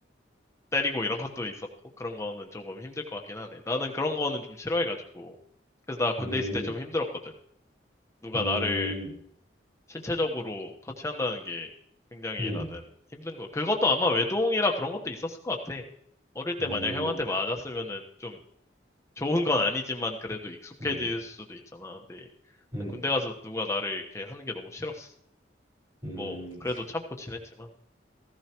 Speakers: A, on the left; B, on the right.
A: 때리고 이런 것도 있었고, 그런 거는 조금 힘들 것 같긴 하네. 나는 그런 거는 좀 싫어해가지고. 그래서 나 군대
B: 음,
A: 있을 때 좀 힘들었거든. 누가
B: 음,
A: 나를 신체적으로 터치한다는 게 굉장히
B: 음,
A: 나는 힘든 거. 그것도 아마 외동이라 그런 것도 있었을 것 같아. 어릴 때
B: 음,
A: 만약 형한테 맞았으면은 좀 좋은 건 아니지만 그래도 익숙해질
B: 음,
A: 수도 있잖아. 근데
B: 음,
A: 난 군대 가서 누가 나를 이렇게 하는 게 너무 싫었어.
B: 음.
A: 뭐, 그래도 참고 지냈지만.